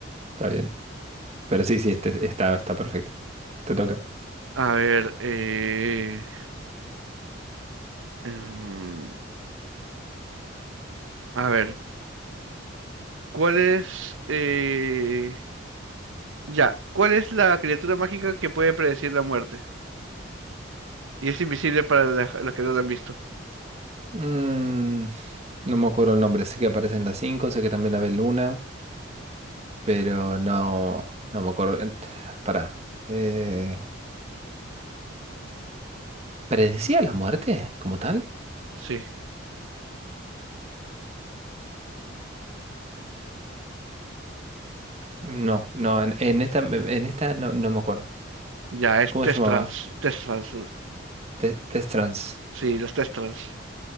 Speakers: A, on the right (about 30°); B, on the right (about 80°).
A: Está bien. Pero sí, sí, este, está, está perfecto. Te toca.
B: A ver, eh, em, a ver, ¿cuál es, eh, ya, ¿cuál es la criatura mágica que puede predecir la muerte? Y es invisible para la- los que no la han visto.
A: Mm, no me acuerdo el nombre, sé que aparecen las 5, sé que también la ve Luna, pero no, no me acuerdo. Eh, Pará. eh, ¿predecía la muerte como tal?
B: Sí,
A: No, no, en, en esta, en esta no, no me acuerdo.
B: ya, es
A: ¿Cómo
B: Mm, Testrals,
A: se llamaba?
B: Testrals,
A: Te- Test Trans.
B: sí, los Testrals.